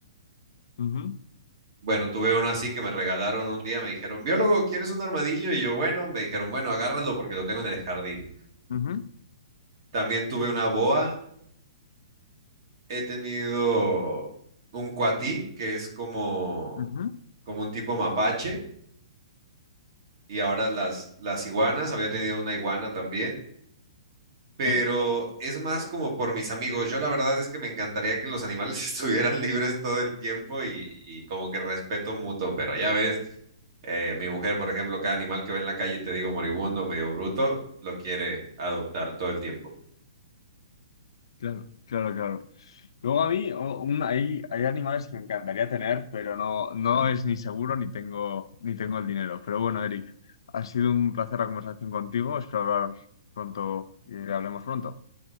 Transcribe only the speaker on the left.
Ujú,
ujú,
ujú,
Sí.
Claro, claro, claro. Luego a mí o- un- hay, hay animales que me encantaría tener, pero no, no es ni seguro ni tengo, ni tengo el dinero. Pero bueno, Eric, ha sido un placer la conversación contigo. Espero hablar pronto y hablemos pronto.